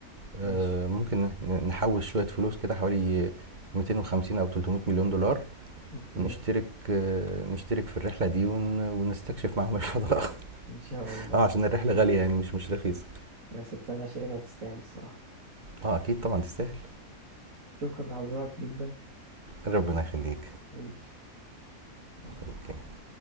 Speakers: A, on the right; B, on the right.
A: آه،
B: ماشي
A: ممكن ن- نحوش شوية فلوس كده حوالي 250 أو 300 مليون دولار
B: أوكي
A: نشترك
B: <laughs>
A: آه، نشترك في الرحلة دي ون- ونستكشف معاهم الفضاء <laughs>
B: إن شاء الله
A: اه عشان الرحلة غالية يعني مش مش رخيصة
B: بس أنا شايفها تستاهل الصراحة
A: اه اكيد طبعا تستاهل
B: شكرا لحضرتك جدا
A: ربنا يخليك
B: عيش مع السلامة
A: اوكي